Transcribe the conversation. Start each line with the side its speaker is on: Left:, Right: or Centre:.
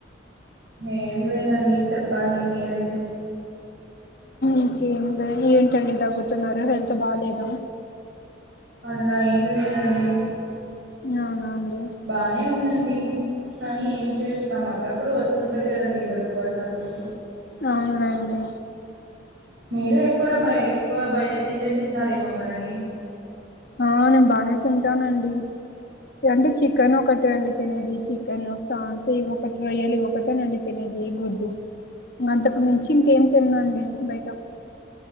Right: ఏం లేదండి చెప్పాలి మీరే
Left: ఇంకేమి ఏంటండి తగ్గుతున్నారు హెల్త్ బాలేదా
Right: అలా ఏం లేదండి
Left: అవునా అండి
Right: బానే ఉందండి కానీ ఏం చేస్తాం అప్పుడప్పుడు వస్తుంటది కదండి దగ్గు అట్లాంటివి
Left: అవునులేండి
Right: మీరు ఎక్కువడా బయ ఎక్కువ బయట తిండులే తింటారేమో కదండి
Left: ఆ నేను బానే తింటానండి అంటే చికెన్ ఒకటి అండి తినేది చికెన్ ఫ్రాన్స్ ఇ ఒకటి రొయ్యలు ఇ ఒకటనండి తినేది గుడ్డు ఇంకా అంతకు మించి ఇంకేం తిననండి బయట